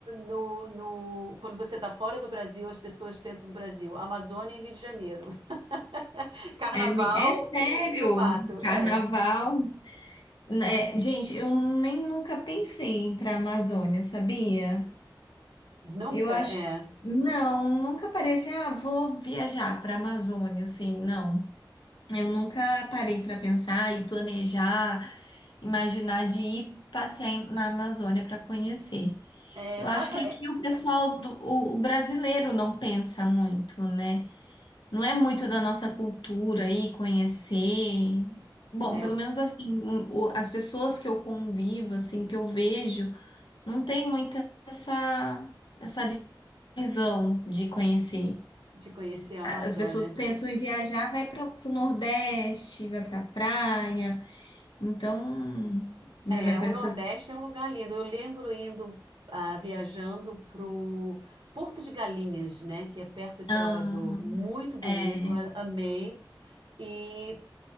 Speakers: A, on the right; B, on the left.
A: no, no- quando você está fora do Brasil, as pessoas pensam do Brasil, Amazônia e Rio de Janeiro, <laughs> Carnaval
B: é, me- é sério,
A: e, e o mato. É,
B: carnaval. É, gente, eu nem nunca pensei em ir para a Amazônia, sabia?
A: nunca,
B: Eu acho.
A: é.
B: Não, nunca parei assim, ah, vou viajar para a Amazônia, assim, não. Eu nunca parei para pensar e planejar, imaginar de ir passear em- na Amazônia para conhecer.
A: É,
B: Eu acho
A: a-
B: que
A: a-
B: aqui
A: é,
B: o pessoal do, o, o brasileiro não pensa muito, né? Não é muito da nossa cultura aí conhecer. Bom,
A: é,
B: pelo menos assim, o- o- as pessoas que eu convivo, assim, que eu vejo, não tem muita essa essa visão de conhecer.
A: de conhecer a
B: A-
A: Amazônia.
B: As pessoas pensam em viajar, vai para o Nordeste, vai para praia, então, né,
A: É,
B: vai para
A: o
B: essas.
A: Nordeste é um lugar lindo. Eu lembro indo, ah, viajando pro Porto de Galinhas, né, que é perto de
B: Ah,
A: Salvador. Muito bonito,
B: é,
A: a- amei. E